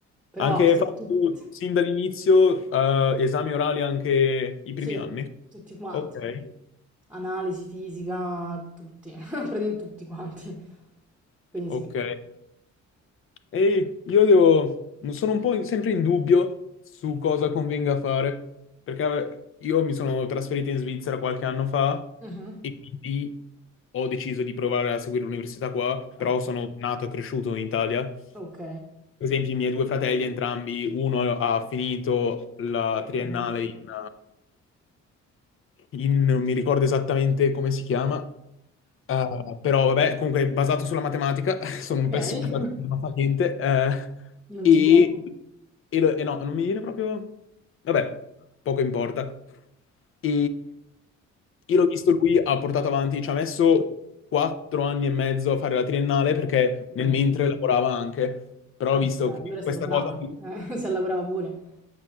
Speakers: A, in the centre; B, on the left.
A: Però
B: Anche
A: se
B: hai fatto
A: tutti,
B: sin dall'inizio eh, esami orali anche i
A: sì,
B: primi anni?
A: tutti quanti.
B: Ok,
A: Analisi, fisica, tutti, <laughs> praticamente tutti quanti. Quindi
B: ok.
A: sì.
B: E io devo, sono un po' in- sempre in dubbio su cosa convenga fare, perché io mi sono trasferito in Svizzera qualche anno fa
A: Mhm.
B: e quindi ho deciso di provare a seguire l'università qua, però
A: Oh,
B: sono nato e cresciuto in Italia.
A: Ok.
B: Per esempio, i miei due fratelli, entrambi, uno ha finito la triennale
A: Mhm.
B: in in- non mi ricordo esattamente come si chiama, eh, però vabbè, comunque è basato sulla matematica, <laughs> sono
A: Ok.
B: un pessimo datore,
A: <laughs>
B: non fa niente, eh,
A: Non
B: e,
A: ti viene.
B: e lo- e no, non mi viene proprio... Vabbè, poco importa. E io l'ho visto, lui ha portato avanti, ci ha messo quattro anni e mezzo a fare la triennale perché nel
A: Eh.
B: mentre lavorava anche, però
A: Vabbè,
B: ho visto
A: dai,
B: che
A: allora è
B: questa
A: stato bravo.
B: cosa qui
A: Eh, <laughs> si lavorava pure.